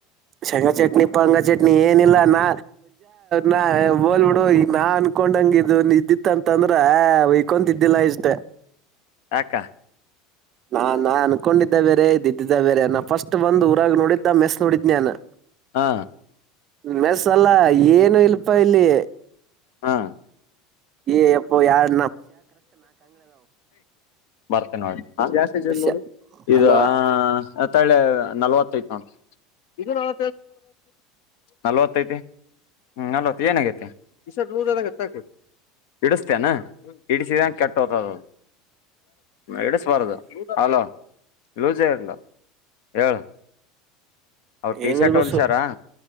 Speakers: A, on the right; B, on the left.
A: ಶಂಗ ಚಟ್ನಿ ಪಂಗ ಚಟ್ನಿ ಏನಿಲ್ಲಾ ನಾ ನಾ ಬೋಲ್ಬಿಡು ಈ ನಾ ಅನ್ಕೊಂಡಂಗಿದದು ಇದ್ದಿತ್ತ ಅಂತಂದ್ರ ಅವಕೊಂತಿದ್ದಿಲ್ಲ ಜತೆ
B: ಅಕ್ಕ
A: ನಾ ನಾ ಅನ್ಕೊಂಡಿದ್ದ ಬೇರೆ ಇದ್ ಇದ್ದಿದ್ದ ಬೇರೆ ನಾ ಫಸ್ಟ್ ಬಂದ್ ಊರಾಗ ನೋಡಿದ್ದ ಮೆಸ್ ನೋಡಿದ್ನ್ಯನು.
B: ಹಾ.
A: ಮೆಸ್ ಅಲ್ಲ ಏನು ಇಲ್ಲಪ್ಪಾ ಇಲ್ಲಿ.
B: ಹಾ
A: ಏ ಎಪ್ಪ ಯಾರು
B: ಬರ್ತ ನೋಾಸ್ತಿ
A: ಬಸ್ಯ
B: ನೋ ಇದು
A: ಅಲೋ
B: ತಳೆ ನಲ್ವತ್ತೈತ ಉಂು ನ ನಲ್ವತ್ತೈತಿ ಹ್ಮ್ ಅಲ್ವತ್ ಏನಾಗೇತೆುದು ಇಡಿಸತೇನಾ ಇಡಿಸಿದಂ ಕೆಟ್ಟ ಹತದ ಎಡುಸ್ವಾರದು ಅಲೋೂ ಜರ್ಲಾಲ್ ಎಏಳ ಅವ್ರು ಟಿ
A: ಏನಿಲ್
B: ಶರ್ಟ್
A: ಬಸ್ಸು
B: ಹೊಲ್ಸ್ಯರ